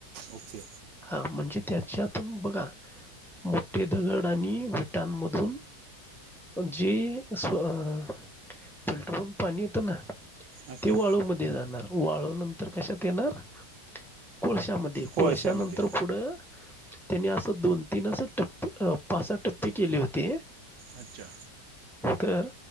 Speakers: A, on the right; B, in the centre.
A: ओके.
B: अ म्हणजे त्याच्यात. पण बघा मोठे दगड आणि विटांमधून जे अस फिल्टर होऊन पाणी येतं ना.
A: अच्छा
B: ते वाळू मध्ये जाणार. वाळू नंतर कशात येणार. कोळश्यामध्ये
A: कोळशामध्ये
B: कोळश्या नंतर पुढं. त्यांनी असं दोन तीन अस टप्प असं पाच सहा टप्पे केले होते.
A: अच्छा!
B: तर.